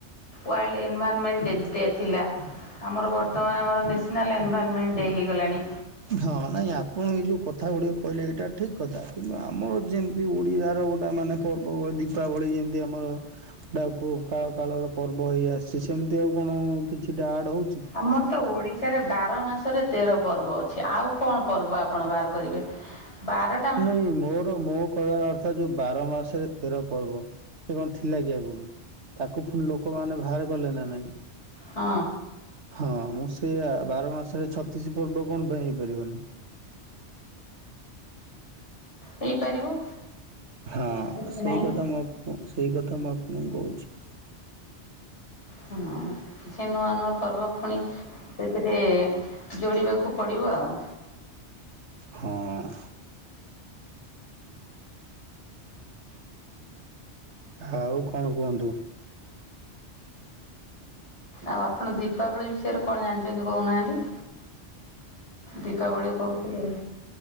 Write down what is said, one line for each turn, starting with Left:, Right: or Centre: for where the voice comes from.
Left: ୱାର୍ଲଡ ଏନଭାରମେଣ୍ଟ ଡେ ଥିଲା। ଆମର ବର୍ତ୍ତମାନ ଆମର ନ୍ୟାସନାଲ୍ ଏନଭାରମେଣ୍ଟ ଡେ ହୋଇଗଲାଣି।
Right: ହଁ ନାଇଁ ଆପଣ ଏଇ ଯେଉଁ କଥା ଗୁଡ଼ିକ କହିଲେ ଏଇଟା ଠିକ୍ କଥା କିନ୍ତୁ ଆମର ଯେମିତି ଓଡ଼ିଆର ଗୋଟେ ମାନେ ପର୍ବ ଦୀପାବଳି ଯେମୀତି ତୀ ଆମର ଡାବୁ କାଳ କାଳର ପର୍ବ ହେଇ ଆସିଛି ସେମିତି ଆଉ କଣ କିଛିଟା ଆଡ୍ ହଉ
Left: ଆମର ତ ଓଡି ବାର ମାସରେ ତେର ପର୍ବ ଅଛି ଆଉ କଣ ପର୍ବ ଆପଣ ବାହାର କରିବେ ବାର
Right: ନାଇଁ ମୋର ମୋ କହିବାର ଅର୍ଥ ଯୋଉ ବାର ମାସରେ ତେର ପର୍ବ ସେ କଣ ଥିଲା କି ଆଗରୁ ତାକୁ ଫୁ ଲୋକମାନେ ବାହାର କଲେ ନା ନାଇଁ।
Left: ହଁ।
Right: ହଁ ମୁଁ ସେଇଆ ବାର ମାସରେ ଛତିଶ ପର୍ବ କଣ ପାଇଁ ହେଇପାରିବନି।
Left: ହେଇପାରିବ।
Right: ହଁ
Left: କିଛି
Right: ସେଇ
Left: ନାହିଁ।
Right: କଥା ମୁଁ ଆପଙ୍କୁ ସେଇ କଥା ମୁଁ ଆପଣଙ୍କୁ କହୁଛି।
Left: ହୁଁ କିଛି ନୂଆ ନୂଆ ପର୍ବ ଫୁଣି ସେଥିରେ ଯୋଡିବାକୁ ପଡିବ ଆଉ।
Right: ହଁ। ଆଉ କଣ କୁହନ୍ତୁ।
Left: ଆଉ ଆପଣ ଦୀପାବଳି ବିଷୟରେ କଣ ଜାଣିଚନ୍ତି କହୁନାହାନ୍ତି? ଦୀପାବଳୀ କହୁଥିଲେ